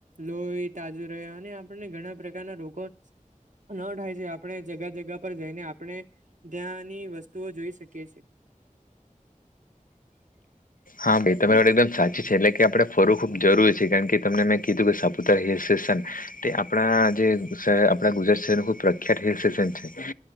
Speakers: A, on the right; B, on the left.
A: લોહી તાજુ રહે, અને આપણને ઘણા પ્રકારના રોગો ન થાય છે, આપણે જગા જગા પર જઈને આપણે ત્યાંની વસ્તુઓ જોઈ શકીએ છે. <unintelligible>
B: હા, ભઈ તમારી વાત એકદમ સાચી છે. એટલે કે આપણે ફરવું ખુબ જરૂરી છે, કારણ કે તમને મેં કીધું કે સાપુતાર હિલ્સ તે આપણા જે શહેર, આપણા ગુજરાત શહેર નું પ્રખ્યાત હિલ્સ્ટેશન છે.